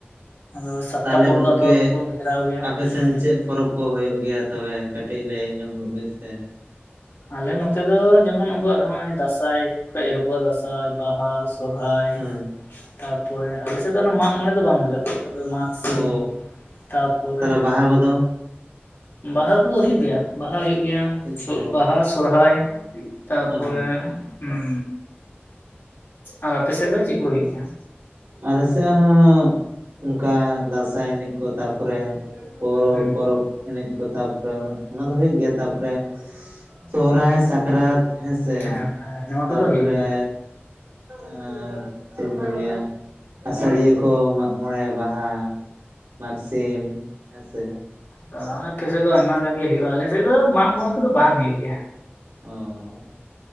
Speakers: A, on the left; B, on the right.
A: ᱟᱫᱚ ᱥᱟᱛᱴᱟ
B: ᱛᱟᱦᱞᱮ
A: ᱯᱚᱨ
B: ᱜᱚᱝᱠᱮ
A: ᱫᱚ ᱟᱫᱚ ᱠᱚ ᱜᱷᱮᱨᱟᱣ ᱜᱮᱭᱟ
B: ᱟᱯᱮ ᱥᱮᱱ
A: ᱢᱟᱱᱮ
B: ᱪᱮᱫ ᱯᱚᱨᱚᱵᱽ ᱠᱩ ᱦᱩᱭᱩᱜ ᱜᱮᱭᱟ ᱛᱚᱵᱮ ᱠᱟᱹᱴᱤᱡ ᱞᱟᱹᱭ ᱧᱚᱜ ᱢᱮᱱᱥᱮ
A: ᱟᱞᱮ ᱱᱚᱛᱮ ᱫᱚ ᱡᱮᱢᱚᱱ ᱟᱵᱚᱣᱟᱜ ᱱᱚᱜᱼᱚᱭ ᱫᱟᱸᱥᱟᱭ ᱠᱷᱚᱱ ᱮᱦᱚᱵᱚᱜᱼᱟ ᱫᱟᱸᱥᱟᱭ, ᱵᱟᱦᱟ, ᱥᱚᱨᱦᱟᱭ
B: ᱦᱮᱸ
A: ᱛᱟᱯᱚᱨᱮ ᱟᱞᱮᱥᱮᱫ ᱫᱚ ᱚᱱᱟ ᱢᱟᱜ ᱢᱚᱬᱮ ᱫᱚ ᱵᱟᱝ ᱦᱩᱭᱩᱜᱼᱟ ᱾ ᱛᱚᱵᱮ ᱢᱟᱜᱽ ᱥᱤᱱ
B: ᱚ
A: ᱛᱟᱯᱚᱨᱮ
B: ᱛᱟᱦᱚᱞᱮ ᱵᱟᱦᱟ ᱠᱚᱫᱚ
A: ᱵᱟᱦᱟ ᱠᱚ ᱫᱚ ᱦᱩᱭᱩᱜ ᱜᱮᱭᱟ? ᱵᱟᱦᱟ ᱦᱩᱭᱩᱜ ᱜᱮᱭᱟ
B: ᱟᱪᱪᱷᱟ ᱟᱪᱪᱷᱟ
A: ᱵᱟᱦᱟ, ᱥᱚᱨᱦᱟᱭ᱾ ᱛᱟᱯᱚᱨᱮ
B: ᱚ
A: ᱩᱸ ᱟᱨ ᱟᱯᱮ ᱥᱮᱫ ᱫᱚ ᱪᱮᱫ ᱠᱚ ᱦᱩᱭᱩᱜ ᱜᱮᱭᱟ?
B: ᱟᱞᱮ ᱥᱮᱫ ᱦᱚᱸ ᱚᱱᱠᱟ ᱫᱟᱸᱥᱟᱭ ᱮᱱᱮᱡ ᱠᱚ ᱛᱟᱯᱚᱨᱮ ᱯᱚᱨᱚ
A: ᱦᱩᱸ
B: ᱯᱚᱨᱚᱵᱽ ᱮᱱᱮᱡ ᱠᱚ ᱛᱟᱵ ᱛᱟ. ᱚᱱᱟ ᱚᱱᱟ ᱫᱚ ᱦᱩᱭᱩᱜ ᱜᱮᱭᱟ ᱛᱟᱯᱚᱨᱮ ᱥᱚᱦᱨᱟᱭ, ᱥᱟᱠᱨᱟᱛ ᱦᱮᱸ ᱥᱮ
A: ᱦᱮᱸ ᱱᱚᱣᱟ ᱠᱚᱫᱚ
B: ᱛᱟᱨᱯᱚᱨᱮ
A: ᱦᱩᱭᱩᱜ ᱜᱮᱭᱟ
B: ᱮᱸ ᱪᱮᱫ ᱤᱧ ᱞᱟᱹᱭᱟ ᱟ. ᱥᱟᱹᱲᱤᱭᱟᱹ ᱠᱚ ᱢᱟᱜᱢᱚᱬᱮ, ᱵᱟᱦᱟ᱾ ᱢᱟᱜᱥᱤᱢ ᱦᱮᱸ ᱥᱮ?
A: ᱛᱟ ᱠᱤᱪᱷᱩ ᱫᱚ ᱟᱭᱢᱟ ᱜᱟᱱ ᱜᱮ ᱦᱩᱭᱩᱜᱼᱟ ᱟᱞᱮᱥᱮᱫ ᱫᱚ ᱢᱟᱜ ᱢᱚᱬᱮ ᱠᱚᱫᱚ ᱵᱟᱝ ᱦᱩᱭᱩᱜ ᱜᱮᱭᱟ᱾
B: ᱚᱻ